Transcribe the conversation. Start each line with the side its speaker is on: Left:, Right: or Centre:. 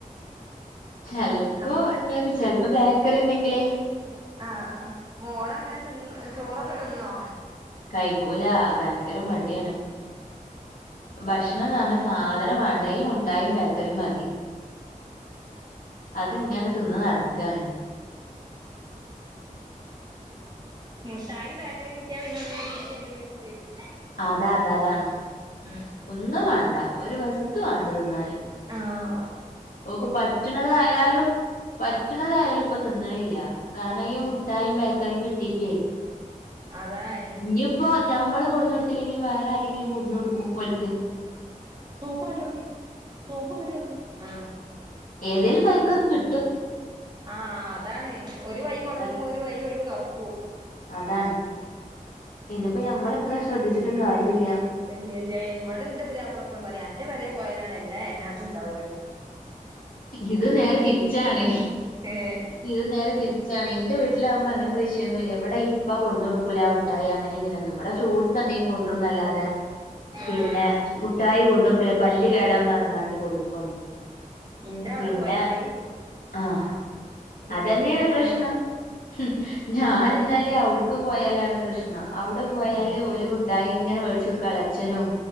Left: ചെലപ്പോണ്ടാക്കും
Right: അം
Left: ചെൽപ്പോ ബേക്കറിണ്ടെങ്കിലേ
Right: ആഹ് ആഹ് മോളങ്ങനെ തിന്ന് ചോറൊക്കെ തിന്നോ
Left: കയ്ക്കൂല ഭയങ്കര മടിയാണ് ഭക്ഷണംന്നർഞ്ഞ
Right: ഉം
Left: സാധനം വേണ്ട ഈ മുട്ടായും ബേക്കറിയും മതി അത്ങ്ങനെ തിന്ന് നടക്കണ്
Right: മുട്ടായും ബേക്കറിം കിട്ടിയാ പിന്നെന്നും മാണ്ട്യരൂല കുട്ട്യേക്
Left: അതാ അതെ അതാണ്
Right: ഉം
Left: ഒന്നും വേണ്ട ഒരു വസ്തു വേണ്ട തിന്നാന്
Right: ആഹ് അഹ്
Left: ഓക്ക് പറ്റ്ണതായാലും പറ്റ്ണതായാലും ഇപ്പൊ തിന്നണില്ല കാര്ണം ഈ മുട്ടായും ബേക്കറിയും കിട്ടീട്ടേ
Right: അതാന്
Left: ഞ്ഞിപ്പോ ഞമ്മള് കൊട്ന്നൊടുത്തില്ലെങ്കി വേറെ ആരെങ്കിലും കൊടന്നൊടുക്കും ഓൽക്ക്
Right: സോപ് ങ്ങട് വെക്കി സോപ്പ് ങ്ങേട്ട് വെക്കി ആഹ്
Left: ഏതേലും വൈക്കൊക്കെ കി
Right: ആഹ് അതാണ് ഒരു വൈ മുടങ്ങുമ്പോ
Left: അതാണ്
Right: ഒരു വൈ ഓൽക്ക് തുറക്കൂ
Left: അതാണ് ഇനിപ്പോ ഞമ്മൾ എത്ര ശ്രദ്ധിച്ചിട്ടും കാര്യല്ല
Right: ഇല്ല ഇല്ല ഇവിടെ ന്റെ പുതിയാപ്പള എപ്പളും പറി അന്റെറ പെരേ പോയാലാണ് എല്ലാ ഏനാന്തുംണ്ടാവ
Left: ഇത് നേരെ തിരിച്ചാണ്
Right: ഏ
Left: ഇത് നേരെ തിരിച്ചാണ് ഇന്റെ വീട്ടി ലാവുമ്പോ അങ്ങൻത്തെ വിഷയൊന്നുല്ല ഇവിടെ ഇപ്പ കൊടുന്നൊടുക്കൂല മുട്ടായി അങ്ങനി ഇങ്ങനെന്നും ഇവിടെ ഫ്രൂട്ടസ് എന്തേം കൊണ്ട്രുംന്നല്ലാതെ
Right: ആഹ്
Left: പിന്നെ മുട്ടായി കൊടുന്നടുക്കല പല്ല് കേടാഉന്നർഞ്ങ്ങാണ്ട് കൊടുന്ന്
Right: ഉം ഇന്റെ അവിടെ
Left: പിന്നെ
Right: പോയാല്
Left: ആഹ്
Right: ഇപ്പക്ക്
Left: അതന്നെണ്
Right: തന്നെ
Left: പ്രശ്നം
Right: പണി
Left: ഉം ഞാന് ന്നാലേ അവിടുക്ക് പോയാലാണ് പ്രശ്നം അവിടെ പോയാല്
Right: ഉം
Left: ഓല് മു ട്ടായിങ്ങനെ മേടിച്ചുടുക്കും അളച്ചനും